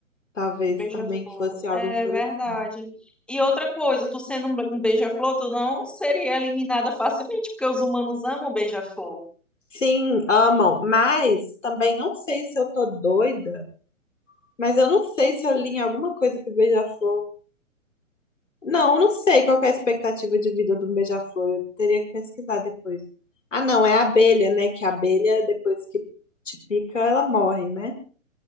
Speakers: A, on the left (about 60°); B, in the centre.
A: Talvez
B: beija-flor,
A: também fosse algo
B: é
A: interessante.
B: verdade. E outra coisa, tu sendo um, be- um beija-flor, tu não seria eliminada facilmente, porque os humanos amam beija-flor.
A: Sim, amam, mas também não sei se eu tô doida, mas eu não sei se eu li em alguma coisa que o Beija-Flor. Não, eu não sei qual que é a expectativa de vida do Beija-Flor, eu teria que pesquisar depois. Ah, não, é a abelha, né? Que a abelha, depois que te pica, ela morre, né?